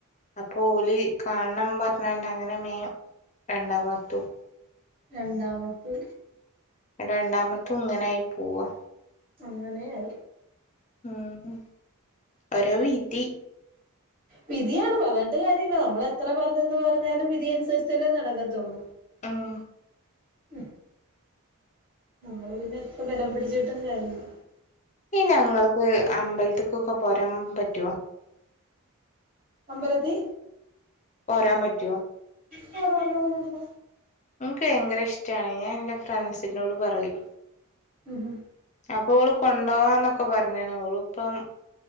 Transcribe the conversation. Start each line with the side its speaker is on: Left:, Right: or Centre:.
Left: അപ്പൊ ഓല് കാണണം പറഞ്ഞോണ്ട് അങ്ങനെ മേം രണ്ടാംമാർത്തു-
Right: രണ്ടാമത്ത്.
Left: രണ്ടാമത്തും ഇങ്ങനെ ആയി പൊവാ
Right: അങ്ങനെയായി.
Left: ഉം ഓരോവിധി.
Right: വിധിയാണ് പറഞ്ഞിട്ട് കാര്യല്ല നമ്മള് എത്ര പറഞ്ഞെന്ന് പറഞ്ഞാലും വിധി അനുസരിച്ചല്ലേ നടക്കത്തുള്ളൂ.
Left: ഉം
Right: ഉം നമ്മള് പിന്നെ എത്ര ബലം പിടിച്ചിട്ടും കാര്യോല്ല.
Left: ഈ ഞങ്ങൾക്ക് അമ്പലത്തേക്കൊക്കെ പോരാൻ പറ്റോ?
Right: അമ്പലത്തി
Left: പോരാൻ പറ്റൊ?
Right: കേറാലോ അയിനെന്താ.
Left: ഇൻക്ക് ഭയങ്കര ഇഷ്ടാ ഞാൻ എൻ്റെ ഫ്രണ്ട്സിനോട് പറയും.
Right: ഉം ഹും
Left: അപ്പൊ ഓള് കൊണ്ടോവാന്നൊക്കെ പറഞ്ഞാണ് ഓള് ഇപ്പം.